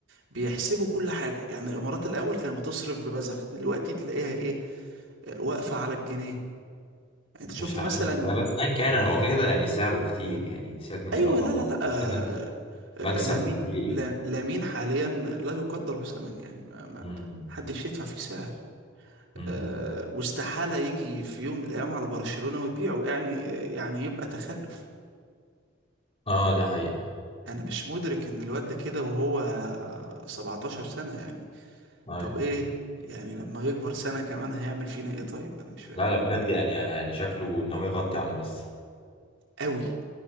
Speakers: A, on the right; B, on the left.
A: بيحسبوا كل حاجه يعني الامارات الاول كانت بتصرف ببذخ دلوقتي تلاقيها ايه آه، واقفه على الجنيه انت شفت
B: مش عارف
A: مثلا
B: والله بس ايا كان هو كده كده يعني سعره كتير يعني سيبك من
A: ايوه
B: الرقم
A: لا لا لا آه،
B: كده
A: آه،
B: مكسب
A: لامين
B: كبير
A: لا-
B: يعني
A: لامين حاليا لا يقدر بثمن يعني ما ما
B: مم.
A: حدش يدفع فيه سعر
B: مم.
A: آه، واستحاله يجي في يوم من الايام على برشلونه وتبيعه يعني يعني يبقى تخلف
B: اه ده حقيقة
A: انا مش مدرك ان الواد ده كده وهو 17 سنة يعني
B: ايوه
A: طب ايه يعني لما يكبر سنة كمان هيعمل فينا ايه طيب انا مش فاهم
B: لا لا بجد يعني يعني شكله ان هو يغطي على ميسي
A: قوي